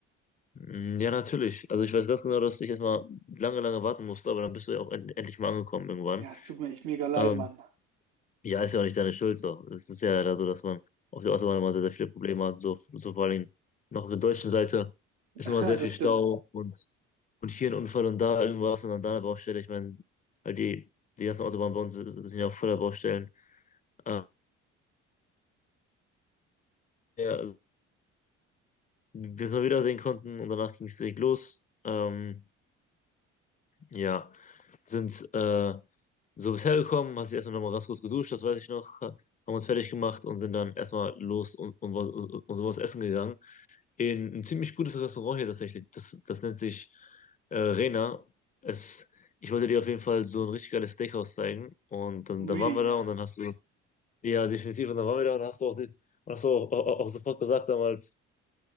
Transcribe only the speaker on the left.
Mhm, Ja, natürlich. Also ich weiß ganz genau, dass ich erstmal lange, lange warten musste, aber dann bist du ja auch end endlich mal angekommen irgendwann.
Ähm,
ja, ist ja auch nicht deine Schuld so. Es ist ja leider so, dass man auf der Autobahn immer sehr, sehr viele Probleme hat. So, so vor allen Dingen noch auf der deutschen Seite
ist immer sehr viel
Stau
und, und hier ein Unfall und da irgendwas und dann da eine Baustelle. Ich meine, halt die, die ganzen Autobahnen bei uns sind ja auch voller Baustellen. Äh, ja, also, bis wir wiedersehen konnten und danach ging es direkt los. Ähm, Ja, sind äh, so bisher gekommen, hast dich erstmal nochmal ganz kurz geduscht, das weiß ich noch, ha- haben uns fertig gemacht und sind dann erstmal los und, und, was- und so was essen gegangen. In ein ziemlich gutes Restaurant hier tatsächlich, das, das nennt sich äh, Rena. Es, ich wollte dir auf jeden Fall so ein richtig geiles Steakhouse zeigen und dann,
dann waren wir da und dann hast du, ja definitiv, und dann waren wir da und hast du auch, die, hast du auch, auch, auch sofort gesagt damals,